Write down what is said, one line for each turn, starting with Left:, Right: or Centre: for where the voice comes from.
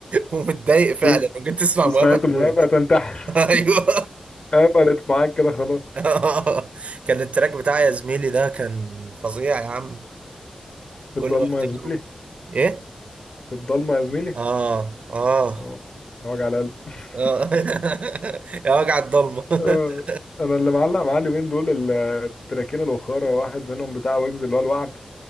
Right: ومتضايق فعلا
Left: <laughs>
Right: وجيت تسمع مهاب
Left: سمعت
Right: هتموت
Left: المهابة تنتحر
Right: <laughs> ايوه
Left: قبلت معاك كده خلاص
Right: <laughs> كان التراك بتاع يا زميلي ده كان فظيع يا عم
Left: في
Right: كل
Left: الضلمة
Right: ما افتكره
Left: يا زميلي
Right: ايه
Left: في الضلمة يا زميلي
Right: اه اه
Left: اه ده وجع القلب <laughs>
Right: اه <laughs> يا وجع الضلمة
Left: اه،
Right: <laughs>
Left: انا اللي معلق معايا اليومين دول ال- التراكين الاخرى واحد منهم بتاع ويجز اللي هو الوعد